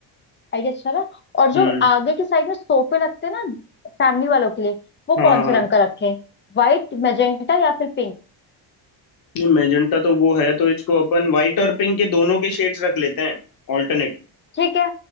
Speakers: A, on the left (about 25°); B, on the left (about 45°).
A: आइडिया अच्छा था और जो
B: हम्म
A: आगे की साइड में सोफे लगते हैं ना फैमिली वालों के लिए वो
B: हाँ
A: कौन
B: हाँ
A: से
B: हाँ
A: रंग का रखें वाइट मैजेंटा या फिर पिंक
B: नहीं मेजेंटा तो वो है तो इसको अपन व्हाइट और पिंक के दोनों के शेड्स रख लेते हैं ऑल्टरनेट
A: ठीक है